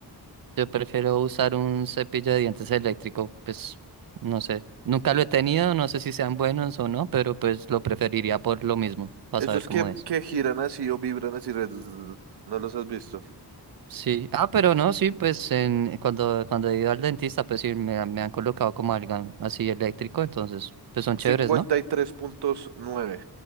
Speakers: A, on the right (about 60°); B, on the right (about 85°).
A: Yo prefiero usar un cepillo de dientes eléctrico, pues no sé. Nunca lo he tenido, no sé si sean buenos o no, pero pues lo preferiría por lo mismo, para
B: Esos
A: saber cómo
B: que,
A: es.
B: que giran así o vibran así, re- ¿no los has visto?
A: Sí, ah, pero no, sí, pues en, cuando, cuando he ido al dentista, pues sí, me, han- me han colocado como algo así eléctrico, entonces, pues son
B: Cincuenta
A: chéveres, ¿no?
B: y tres punto nueve.